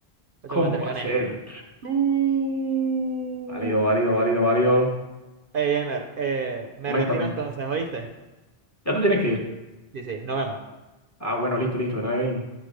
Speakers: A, on the right (about 60°); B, on the left (about 15°).
A: 8,3,
B: ¿Cómo va
A: gané.
B: a ser?
A: Tú.
B: Válido, válido, válido, válido.
A: Ey, Gamer, eh, me
B: Coméntame.
A: retiro entonces, ¿oíste?
B: Ya te tienes que ir.
A: Sí, sí, nos vemos.
B: Ah, bueno, listo, listo, que te vaya bien.